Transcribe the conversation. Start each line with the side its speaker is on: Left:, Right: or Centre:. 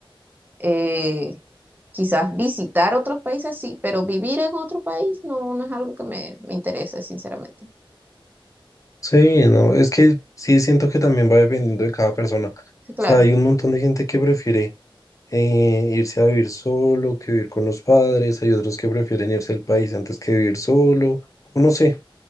Right: Eh, Quizás visitar otros países sí, pero vivir en otro país no, no es algo que me, me interese, sinceramente.
Left: Sí, no, es que sí siento que también va dependiendo de cada persona. O
Right: Sí, claro,
Left: sea, hay un montón de gente que prefiere eh, irse a vivir solo que vivir con los padres, hay otros que prefieren irse al país antes que vivir solo, o no sé,